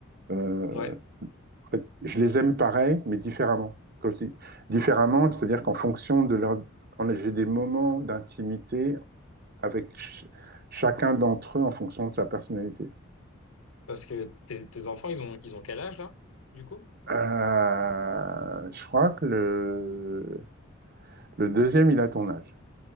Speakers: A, on the right (about 45°); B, on the left (about 85°).
A: Euh,
B: Ouais,
A: en fait, je les aime pareil, mais différemment. Quand je dis différemment, c'est-à-dire qu'en fonction de leur... en- J'ai des moments d'intimité avec ch- chacun d'entre eux en fonction de sa personnalité.
B: parce que tes, tes enfants, ils ont, ils ont quel âge là, du coup?
A: Euh, je crois que le... le deuxième, il a ton âge.